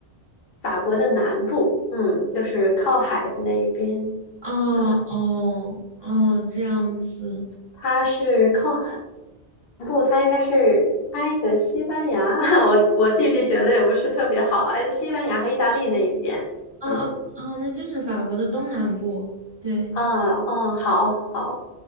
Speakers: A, on the left; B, on the right.
A: 法国的南部，嗯，就是靠海的那一边，
B: 哦哦哦，
A: 嗯，
B: 这样子。
A: 它是靠海南部，它应该是挨着西班牙。<laughs> 我我地理学的也不是特别好，挨着西班牙和意大利那一边。
B: 哦哦哦，
A: 嗯，
B: 那就是法国的东南部。对，
A: 哦哦，好好。